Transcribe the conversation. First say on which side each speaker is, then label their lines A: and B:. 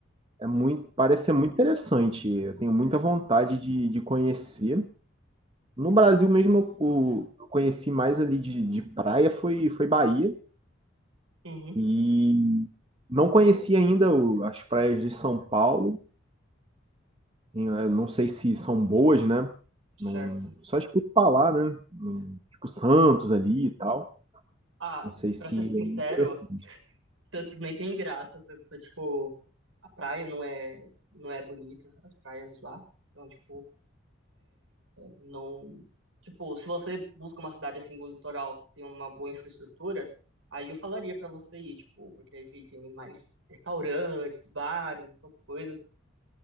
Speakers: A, on the right; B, on the right.
A: É muito parece ser muito interessante. Eu tenho muita vontade de de conhecer. No Brasil mesmo eu eu conheci mais ali de de praia foi foi Bahia.
B: Uhum,
A: E não conhecia ainda o- as praias de São Paulo. Eu não sei se são boas, né?
B: certo.
A: Não, só escuto falar, né? Hum, Tipo Santos ali e tal.
B: Ah,
A: Não sei se
B: pra ser sincero,
A: é interessante.
B: tanto nem tem graça. tanto, tipo, a praia não é, não é bonita, as praias lá. Então, tipo, não. Tipo, se você busca uma cidade assim no litoral que tem uma boa infraestrutura, aí eu falaria pra você ir, tipo, porque aí tem mais restaurantes, bares, essas coisas.